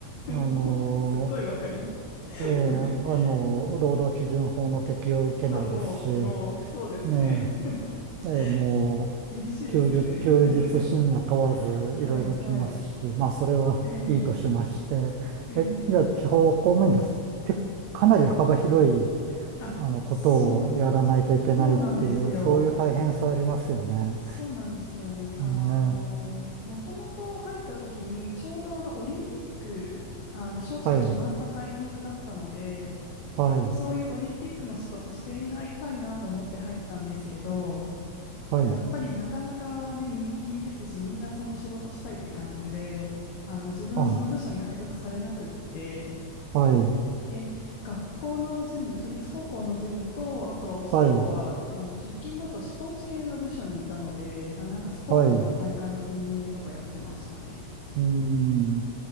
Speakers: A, on the right; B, on the left.
A: あのー
B: もうほん、すっごいわかります。<laughs>
A: ええ、あの、労働基準法の適用を受けないですし、
B: そう、もう、もう、そうですね。
A: ね
B: <laughs>
A: え、ええもう、
B: き、厳しいですよね。
A: 休日、休日深夜問わず、
B: <laughs> はい、
A: いろいろ来ますし、
B: はい。
A: まあ、それはいいとしまして、
B: えー、えー、
A: え、じゃあ、地方公務員です。けかなり幅広い、
B: あ、
A: あの、ことをやらないといけないっていう、
B: そう、そうなんですよ。
A: そういう大変さありますよね。
B: そうなんですよね。あの、
A: ね
B: もともと入った時に、ちょうどあのオリンピック、あの招致が決まったタイミングだったので、
A: はい、はい、
B: ちょっとそういうオリンピックの仕事してみないたいなと思って入ったんですけど、
A: はい、
B: やっぱりなかなかね、人気ですし、みんなその仕事したいって感じで、あの自分はその部署に配属されなくって、
A: あ、はい、
B: で、学校のジム、都立高校のジムと、あと最後はあの直近だとスポーツ系の部署にいたので、
A: はい、
B: あ、なんかスポーツの大会の運営とかやってましたね。
A: はい、うーん、